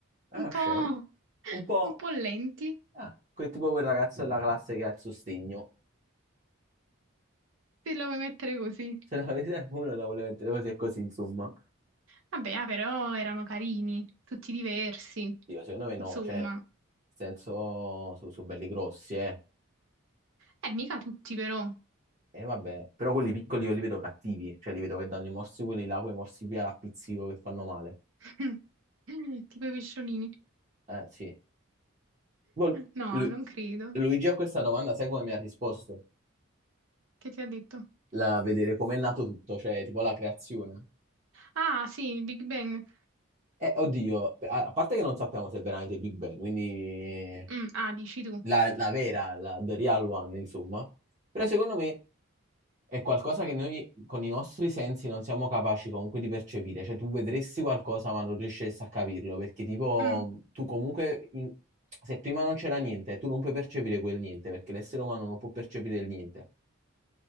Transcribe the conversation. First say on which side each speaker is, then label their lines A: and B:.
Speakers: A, on the right; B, on the right.
A: Ah,
B: Un po',
A: scemi? Un po',
B: un po' lenti,
A: ah, quel tipo quel ragazzo della classe che ha il sostegno.
B: se la vuoi mettere così.
A: Se ne avete uno la vuole mettere così e così, insomma.
B: Vabbè, ah, però erano carini, tutti diversi,
A: Dio, secondo me no,
B: insomma.
A: cioè, nel senso, sono belli grossi, eh.
B: Eh, mica tutti però.
A: E vabbè, però quelli piccoli io li vedo cattivi, cioè li vedo che danno i morsi quelli là, quei morsi via a pizzico che fanno male.
B: <laughs> Tipo i pesciolini.
A: Eh, sì. Poi
B: No,
A: Lu-
B: non credo.
A: Luigi a questa domanda, sai come mi ha risposto?
B: Che ti ha detto?
A: La, vedere com'è nato tutto, cioè tipo la creazione.
B: Ah, sì, il Big Bang.
A: Eh, oddio, a, a parte che non sappiamo se è veramente Big Bang, quindi
B: Mm, ah, dici tu.
A: la, la vera, la, the real one, insomma. Però secondo me È qualcosa che noi con i nostri sensi non siamo capaci comunque di percepire, cioè tu vedresti qualcosa ma non riusciresti a capirlo, perché tipo
B: Mm,
A: tu comunque, in- se prima non c'era niente, tu non puoi percepire quel niente, perché l'essere umano non può percepire il niente.